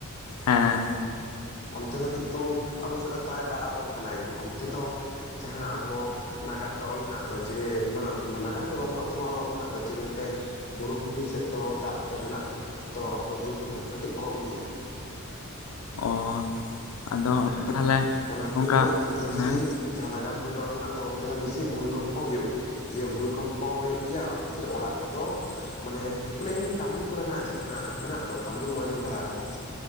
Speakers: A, on the left; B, on the left.
A: ᱦᱮᱸ
B: ᱚᱱᱛᱮ ᱫᱚ ᱠᱤᱱᱛᱩ ᱟᱵᱚ ᱥᱮᱫ ᱫᱚ ᱛᱟᱭ ᱫᱟᱜ ᱟᱵᱚᱱ ᱠᱟᱱᱟᱭ ᱚᱱᱛᱮ ᱫᱚ ᱡᱟᱦᱟᱸ ᱟᱵᱚ ᱱᱟᱜᱟᱢ ᱨᱮ ᱚᱞ ᱢᱮᱱᱟᱜᱼᱟ ᱫᱚ ᱡᱮ ᱢᱟᱱᱮ ᱢᱟ ᱱᱟᱜᱟᱢ ᱫᱚ ᱵᱟᱝ ᱟᱵᱚᱱᱟᱜ ᱛᱚᱱᱚᱜ ᱨᱮ ᱚᱞ ᱢᱮᱱᱟᱜ ᱫᱚ ᱡᱮ ᱢᱮᱱᱛᱮ ᱢᱩᱨᱩᱵᱷᱩᱢᱤ ᱥᱮᱫ ᱫᱚ ᱫᱟᱜ ᱫᱷᱟᱨᱮᱱᱟᱜ ᱫᱚ ᱤᱭᱟᱹ ᱠᱚᱫᱚ ᱠᱟᱹᱴᱤᱡ ᱠᱚᱢ ᱜᱮᱭᱟ᱾
A: ᱚ ᱟᱫᱚ
B: ᱦᱮᱸ ᱦᱮᱸ
A: ᱛᱟᱦᱚᱞᱮ
B: ᱚᱱᱟ ᱠᱷᱟᱹᱛᱤᱨ
A: ᱚᱱᱠᱟ
B: ᱜᱮ ᱚᱱᱛᱮ ᱫᱚ ᱵᱤᱥᱤ
A: ᱦᱮᱸ
B: ᱡᱟᱦᱟᱸ ᱱᱟᱜᱟᱢ ᱵᱳᱭ ᱨᱮ ᱚᱞ ᱢᱮᱱᱟᱜ ᱫᱚ ᱚᱱᱛᱮ ᱫᱚ ᱵᱤᱥᱤ ᱵᱷᱩᱢᱤᱠᱚᱢᱯᱚ ᱦᱩᱭᱳᱜ ᱤᱭᱟᱹ ᱵᱷᱩᱢᱤᱠᱚᱢᱯᱚ ᱦᱳᱭᱳᱜ ᱜᱮᱭᱟ ᱚᱱᱟ ᱠᱷᱟᱛᱤᱨ ᱚᱲᱟᱜ ᱠᱚᱫᱚ ᱢᱟᱱᱮ ᱢᱟᱱᱮ ᱮᱢᱱᱤ ᱛᱟᱸᱵᱩ ᱠᱚᱨᱮᱱᱟᱜ ᱡᱟᱸᱦᱟᱸ ᱢᱮᱱᱟᱜ ᱫᱚ ᱛᱟᱸᱵᱩ ᱫᱚᱢ ᱟᱸᱡᱚᱢ ᱵᱟᱲᱟ ᱣᱟᱠᱟᱫᱟ ᱦᱮᱸ ᱥᱮ?